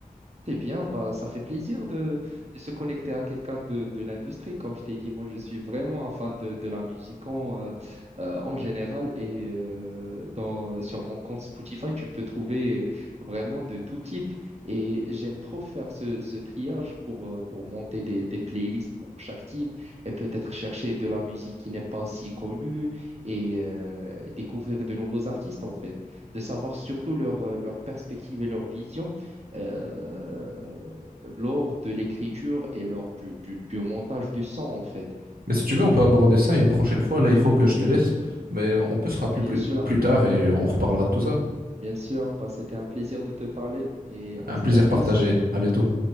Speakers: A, on the right; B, on the right.
A: eh bien, bah, ça fait plaisir de, de se connecter à quelqu'un de, de l'industrie. Comme je t'ai dit, moi, je suis vraiment un fan de, de la musique en, euh, euh, en général. Et euh, dans, sur mon compte Spotify, tu peux trouver vraiment de tout type. Et j'aime trop faire ce, ce triage pour, euh, pour monter des, des playlists pour chaque type et peut-être chercher de la musique qui n'est pas si connue et euh, découvrir de nouveaux artistes, en fait. De savoir surtout leur, euh, leur perspective et leur vision euh, lors de l'écriture et lors du, du- du montage du son, en fait.
B: Mais si tu veux, on peut aborder ça une prochaine fois. Là, il faut que je te laisse. Mais on peut se rappeler
A: Bah, bien
B: plus,
A: sûr,
B: plus tard et on reparlera de tout ça.
A: bien sûr, bah, c'était un plaisir de te parler et
B: Un
A: on se
B: plaisir
A: dit à plus.
B: partagé. À bientôt.